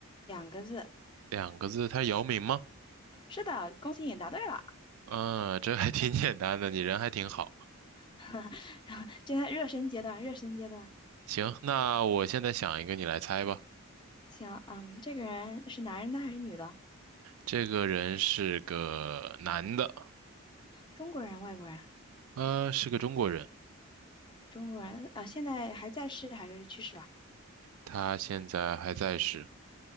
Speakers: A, on the left; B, on the right.
A: 两个字，
B: 两个字，他是姚明吗？
A: 是的，恭喜你答对了。
B: 嗯，这还挺 <laughs> 简单的，你人还挺好。
A: <laughs> 现在热身阶段，热身阶段。
B: 行，那我现在想一个，你来猜吧。
A: 行，嗯，这个人是男人的还是女的？
B: 这个人是个男的，
A: 中国人，外国人？
B: 呃，是个中国人，
A: 中国人，呃，现在还在世还是去世了？
B: 他现在还在世。